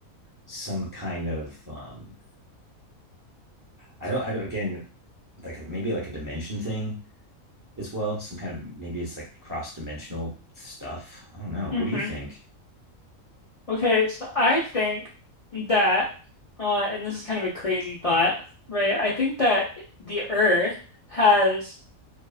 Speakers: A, on the right (about 30°); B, on the left (about 65°).
A: some kind of um I don't I don't again like maybe like a dimension thing as well, some kind of maybe it's like cross dimensional stuff. I don't know.
B: mm-hmm.
A: What do you think?
B: Okay, so I think that, uh, and this is kind of a crazy thought, right? I think that the Earth has